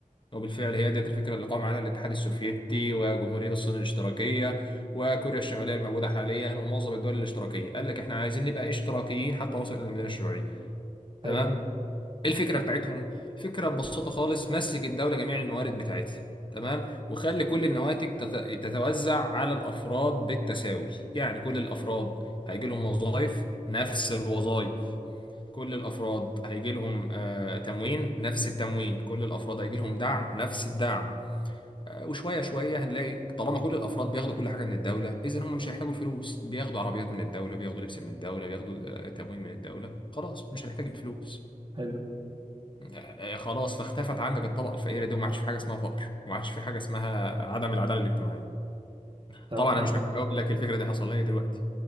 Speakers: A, on the left (about 35°); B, on the right (about 35°).
A: وبالفعل هي ديت الفكره اللي قام عليها الاتحاد السوفيتي وجمهوريه الصين الاشتراكيه وكوريا الشماليه الموجوده حاليا ومعظم الدول الاشتراكيه قال لك احنا عايزين نبقى اشتراكيين حتى نوصل للمدينه الشيوعيه
B: حلو
A: تمام ايه الفكره بتاعتهم الفكره ببساطه خالص مسك الدوله جميع الموارد بتاعتها تمام وخلي كل النواتج تت- تتوزع على الافراد بالتساوي يعني كل الافراد هيجي لهم وظائف نفس الوظائف كل الافراد هيجي لهم آه، تموين نفس التموين كل الافراد هيجي لهم دعم نفس الدعم آه، وشويه شويه هنلاقي طالما كل الافراد بياخدوا كل حاجه من الدوله اذا هم مش هيحتاجوا الفلوس بياخدوا عربيات من الدوله بياخدوا لبس من الدوله بياخدوا آه، تموين من الدوله خلاص مش هنحتاج الفلوس
B: حلو
A: آه، خلاص فاختفت عندك الطبقه الفقيره دي وما عادش في حاجه اسمها فقر وما عادش في حاجه اسمها عدم العداله الاجتماعيه
B: طب
A: طبعا انا
B: أنا
A: مش محتاج اقول لك الفكره دي حصل لي دلوقتي